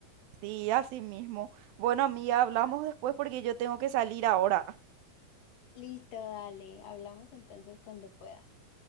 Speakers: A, on the right; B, on the left.
A: Sí, así mismo. Bueno, amiga, hablamos después porque yo tengo que salir ahora.
B: Listo, dale, hablamos entonces cuando puedas.